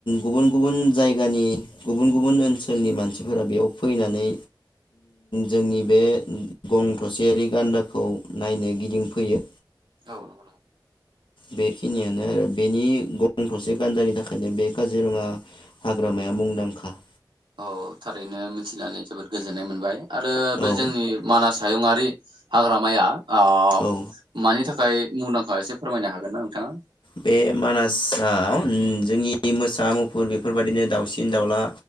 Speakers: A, on the left (about 80°); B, on the right (about 85°).
A: गुबुन गुबुन जायगानि गुबुन गुबुन ओनसोलनि मानसिफोरा बेयाव फैनानै जोंनि बे गं थसेयारि गान्दाखौ खौ नायनो गिदिंफैयो।
B: औ नगौ नामा?
A: बेखिनियानो आरो बेनि गं थसे गान्दानि थाखायनो बे काजिरङा हाग्रामाया मुंदांखा।
B: औ थारैनो मिथिनानै जोबोद गोजोननाय मोनबाय। आरो बे
A: औ
B: जोंनि मानास हायुंङारि हाग्रामाया ओ
A: औ
B: मानि थाखाय मुंदांखा एसे फोरमायनो हागोन ना नोंथाङा?
A: बे मानासआव जोंनि मोसा मुफुर बेफोरबायादिनो दाउसिन दाउला